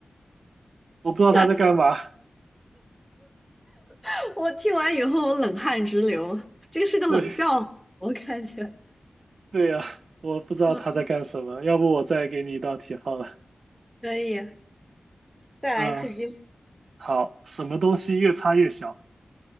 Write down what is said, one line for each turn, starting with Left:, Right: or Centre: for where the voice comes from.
Right: 我不知道他在干嘛。
Centre: 这
Right: <laughs>
Centre: <laughs> 我听完以后，我冷汗直流。这个是个冷笑话，
Right: 对
Centre: 我感觉。
Right: 对呀，我不知道他在干什么。
Centre: <laughs> 嗯，
Right: 要不我再给你一道题好了。
Centre: 可以，再来一次机会。
Right: 啊、是好，什么东西越擦越小？